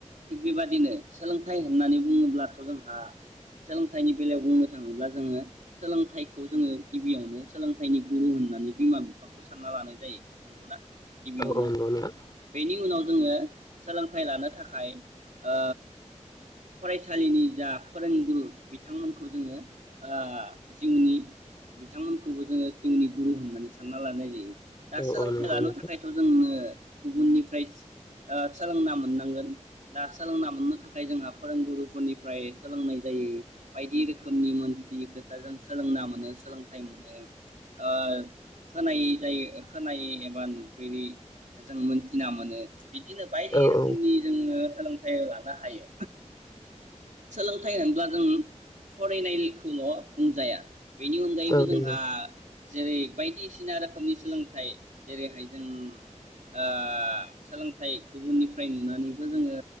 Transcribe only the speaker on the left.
औ औ नंगौ नोंथां
औ
औ नंगौ
नोंथां औ
औ
औ
नंगौ